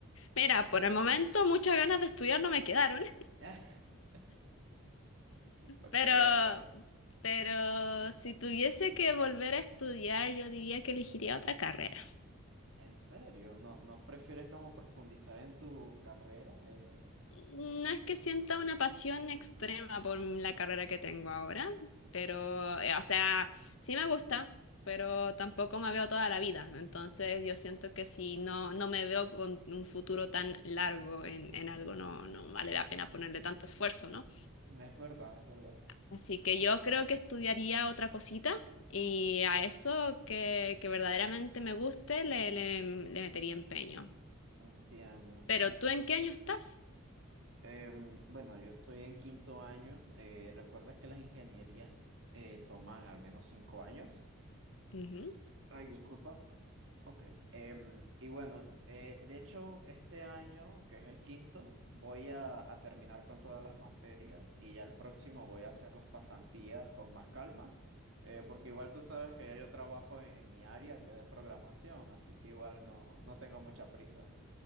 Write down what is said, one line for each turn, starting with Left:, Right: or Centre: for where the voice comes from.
Left: Mira, por el momento muchas ganas de estudiar no me quedaron.
Right: <laughs> Ok,
Left: Pero,
Right: ok.
Left: pero si tuviese que volver a estudiar, yo diría que elegiría otra carrera.
Right: ¿En serio? ¿No, no prefieres como profundizar en tu carrera? Eh,
Left: No
Right: es
Left: es que sienta una pasión extrema por la carrera que tengo ahora, pero, eh, o sea, sí me gusta, pero tampoco me veo toda la vida. Entonces yo siento que si no, no me veo con un futuro tan largo en, en algo, no, no vale la pena ponerle tanto esfuerzo, ¿no?
Right: es verdad, es verdad.
Left: Así que yo creo que estudiaría otra cosita y a eso que, que verdaderamente me guste le, le, le metería empeño.
Right: Entiendo.
Left: Pero
Right: Mm,
Left: ¿tú en qué año estás?
Right: em, bueno, yo estoy en quinto año. Eh, recuerda que las ingenierías eh, toman al menos cinco años.
Left: Ujú.
Right: Ay, disculpa. Ok, em, y bueno, eh, de hecho este año, que es el quinto, voy a, a terminar con todas las materias y ya el próximo voy a hacer las pasantías con más calma, eh, porque igual tú sabes que ya yo trabajo en, en mi área, que es de programación, así que igual no, no tengo mucha prisa.